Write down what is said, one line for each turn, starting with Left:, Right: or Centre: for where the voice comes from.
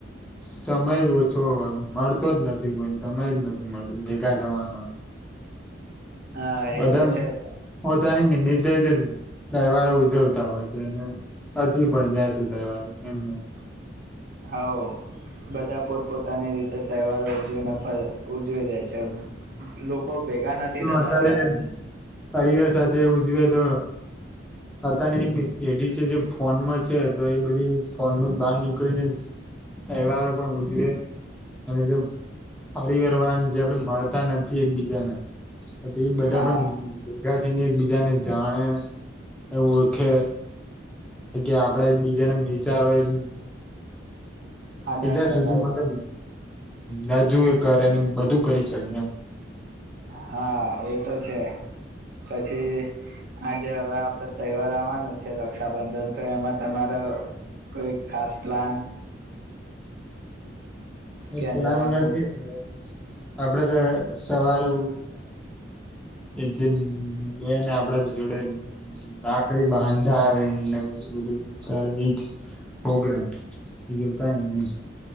Centre: સમય જ ઓછો હોય મળતો જ નથી કોઈ સમય જ નથી મળતો ભેગા થવાનો
Right: હા
Centre: બધા
Right: એ તો છે
Centre: પો તનીંદધ જ તહેવારે ઉજવતા હોય છે અ પણ જાય છે દહેવાર એમનું
Right: હા બધા પોતપોતાની રીતે તહેવાર ઉજવીને ઉજવી દે છે કોઈ ભેગા નથી થતા
Centre: વધારે
Right: પેલા ની
Centre: પરિવાર સાથે ઉજવે તો અતની જે પેઢી છે જે ફોનમાં છે તો એ બધી ફોનમાં જ બહાર નીકળીને તહેવારો પણ ઉજવે અને જેમ પરિવાર વાળાને જે આપ મળતા નથી એકબીજાને એ બધા
Right: હા
Centre: પણ ભગા થઈને એકબીજાને જાણે એ ઓળખે કે આપડે બીજાને વિચારો એ
Right: આદાન
Centre: બીજા
Right: પ્રદાન
Centre: સુધી મબ ના જુએ ઘર એને બધું કરી શકે એમ
Right: હા એતો છે પછી આજે હવે આપડે તહેવાર આવવાનો છે રક્ષાબંધન તો એમાં તમારે કોઈ ખાસ પ્લાન ક્યાં
Centre: એ પ્લાન
Right: જવાનું
Centre: નથી આપ આપડે તો સવારે ઉ એ જે બે ને આપડા જોડે ગાખડી બાંધા આવીને બધુ બધું કરે એજ પ્રગ્રામ. બીજું કાઈ નહી.